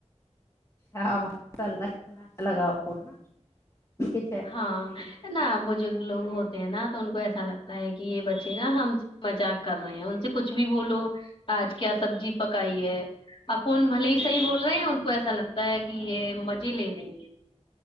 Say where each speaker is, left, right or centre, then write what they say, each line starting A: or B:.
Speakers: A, on the left; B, on the left.
A: اچھا ماشا اللہ کتنا اچھا لگا ہوگا ان کے چہرے
B: ہاں
A: پے خوشی دیکھ
B: نا
A: کے
B: بزرگ لوگ ہوتے ہیں نا تو ان کو ایسا لگتا ہے کہ یہ بچے نا ہم مزاق کر رہے ہیں ان سے کچھ بھی بولو آج کیا سبزی پکائی ہے اپون بھلے ہی صحیح بول رہے ہیں ان کو ایسا لگتا ہے کہ یہ مزے لے رہی ہیں